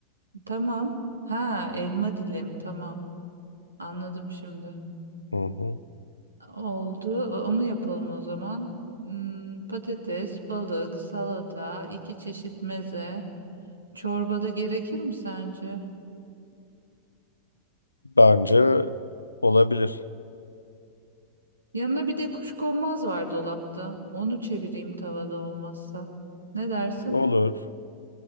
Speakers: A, on the right; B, on the left.
A: Tamam. Ha elma dilim tamam. Anladım şimdi.
B: Hı hı.
A: Oldu. O- Onu yapalım o zaman. Hmm, patates, balık, salata, iki çeşit meze. Çorbada gerekir mi sence?
B: Bence olabilir.
A: Yanına bir de kuşkonmaz var dolapta. Onu çevireyim tavada olmazsa. Ne dersin?
B: Olur.